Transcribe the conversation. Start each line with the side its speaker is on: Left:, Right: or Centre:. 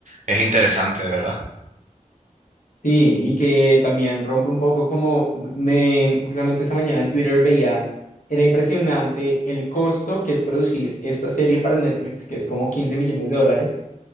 Right: es interesante, de verdad.
Left: Sí, y que también rompe un poco como me, justamente esta mañana en Twitter veía, era impresionante el costo que es producir esta serie para Netflix, que es como 15 millones de dólares